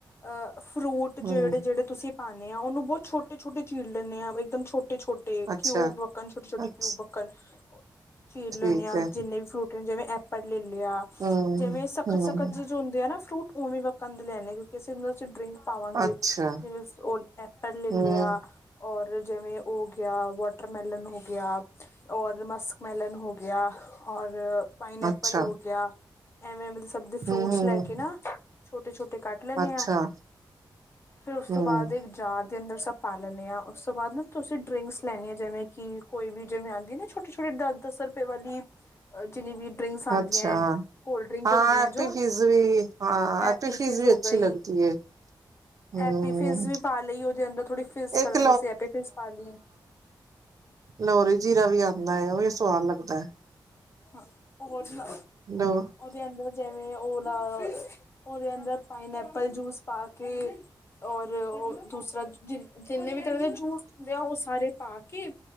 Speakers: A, on the left (about 30°); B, on the right (about 45°).
A: ਅਹ, ਫਰੂਟ ਜਿਹੜੇ-ਜਿਹੜੇ
B: ਹਮ
A: ਤੁਸੀਂ ਪਾਨੇ ਆ, ਉਹਨੂੰ ਬਹੁਤ ਛੋਟੇ ਛੋਟੇ ਚੀਰ ਲੈਂਦੇ ਆਂ ਇੱਕਦਮ ਛੋਟੇ ਛੋਟੇ-ਛੋਟੇ
B: ਅੱਛਾ
A: ਕਿਊਬ ਵੱਕਣ ਛੋਟੇ -ਛੋਟੇ
B: ਅੱਛ
A: ਕਿਊਬ ਵੱਕਣ, ਚੀਰ
B: ਠੀਕ
A: ਲੈਂਨੇ ਆਂ,
B: ਹੈ
A: ਜਿੰਨੇ ਵੀ ਫਰੂਟ ਜਿਵੇਂ ਐਪਲ ਲੈ ਲਿਆ,
B: ਹਮ
A: ਜਿਵੇਂ ਸਖ਼ਤ-ਸਖ਼ਤ
B: ਹਮ
A: ਜਿ ਜੋ ਹੁੰਦੇ ਆ ਨਾ ਫਰੂਟ, ਉਵੇਂ ਵੱਕਣ ਦੇ ਲੈਂਆਨੇ ਕਿਉਂਕਿ ਅਸੀਂ ਉਂਹਦੇ ਚੱ ਡਰਿੰਕ ਪਾ ਲਾਂਗੇ,
B: ਅੱਛਾ
A: ਜਿਵੇਂ ੳਸ ਉਹ ਐਪਲ ਲੈ
B: ਹਮ
A: ਲਿਆ ਔਰ ਜਿਵੇਂ ਉਹ ਹੋ ਗਿਆ, ਵਾਟਰਮੈਲਨ ਹੋ ਗਿਆ ਔਰ ਮਸਕਮੈਲਨ ਹੋ ਗਿਆ, ਔਰ ਪਾਈਨਐਪਲ
B: ਅੱਛਾ
A: ਹੋ ਗਿਆ। ਐਵੇਂ ਸਭ ਦੇ
B: ਹਮ
A: ਫਰੂਟਸ
B: ਹਮ
A: ਲੈ ਕੇ ਨਾ, ਛੋਟੇ-ਛੋਟੇ ਕੱਟ ਕੱਟ ਲੈਣੇ
B: ਅੱਛਾ
A: ਹਾਂ। ਫਿਰ ਉਸ
B: ਹਮ
A: ਤੋਂ ਬਾਅਦ ਇੱਕ ਜਾਰ ਦੇ ਅੰਦਰ ਸਭ ਪਾ ਲੈਂਦੇ ਹਾਂ, ਉਸ ਤੋਂ ਬਾਅਦ ਨਾ ਤੁਸੀਂ ਡਰਿੰਕਸ ਲੈਨੀ ਐ, ਜਿਵੇਂ ਕਿ ਕੋਈ ਵੀ ਜਿਵੇਂ ਆਉਂਦੀ ਨਾ ਛੋਟੀ-ਛੋਟੀ, ਦਸ-ਦਸ ਰੁਪਏ ਵਾਲੀ ਜਿੰਨੀ ਵੀ ਡਰਿੰਕਸ ਆਂਦੀਆਂ
B: ਅੱਛਾ
A: ਹੈ, ਕੋਲਡ ਡ੍ਰਿੰਕ
B: ਹਾਂ
A: ਹੁੰਦੀਆਂ
B: ਐਪੀ
A: ਜੋ।
B: ਫਿਜ਼ ਵੀ ਹਾਂ
A: ਐ
B: ਐਪੀ
A: ਪੀ ਫਿਜ਼
B: ਵੀ
A: ਹੋ
B: ਅੱਛੀ
A: ਗਈ
B: ਲੱਗਦੀ ਹੈ ਹਮ
A: ਐਪੀ ਫਿਜ਼ ਵੀ ਪਾ ਲਈ ਉਹਦੇ ਅੰਦਰ ਥੋੜੀ ਫਿਜ਼ ਕਰਨ
B: ਇੱਕ
A: ਵਾਸਤੇ ਐਪੀ ਫਿਜ਼ ਪਾ ਲੀ ਐ।
B: ਲਹੋਰੀ ਜ਼ੀਰਾ ਵੀ ਆਂਦਾ ਏ। ਉਹ ਵੀ ਸਵਾਦ ਲੱਗਦੇ।
A: ਹਾਂ ਹੋ ਹੋਰ <unintelligible>
B: <unintelligible>
A: ਉਹਦੇ ਅੰਦਰ ਜਿਵੇਂ ਓਲਾ। ਉਹਦੇ ਅੰਦਰ ਪਾਈਨ ਐਪਲ ਜੂਸ ਪਾ ਕੇ ਔਰ ਓ ਦੂਸਰਾ ਜਿੰ ਜਿੰਨੇ ਵੀ ਤਰ੍ਹਾਂ ਦੇ ਜੂਸ ਹੁੰਦੇ ਆ। ਉਹ ਸਾਰੇ ਪਾ ਕੇ ਅ